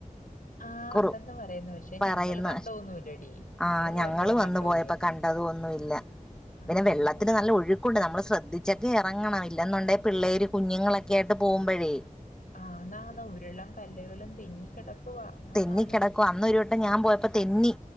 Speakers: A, on the left; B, in the centre.
A: ആഹ്
B: കുറു
A: ഉണ്ടെന്ന് പറയുന്നു പക്ഷെ
B: പറയുന്ന
A: ഞങ്ങള് കണ്ടോന്നുല്ലടി
B: ആഹ്
A: പോയപ്പഴും
B: ഞങ്ങള് വന്നു
A: കണ്ടോന്നുല്ല
B: പോയപ്പോ കണ്ടതും ഒന്നുമില്ല
A: ആഹ്
B: പിന്നെ വെള്ളത്തിന്
A: മൊ
B: നല്ല ഒഴുക്കുണ്ട് നമ്മള് ശ്രദ്ധിച്ചു ഉച്ചക്ക് ഇറങ്ങണം ഇല്ലെന്നുണ്ടേ പിള്ളേര് കുഞ്ഞുങ്ങളൊക്കെ ആയിട്ട് പോകുമ്പോഴേ
A: ആന്നാന്ന് ഉരുളൻ കല്ലുകളും തെന്നിക്കിടക്കുവാ ആന്നാന്ന്
B: തെന്നിക്കിടക്കുവാ അന്നൊരു വട്ടം ഞാൻ പോയപ്പോ തെന്നി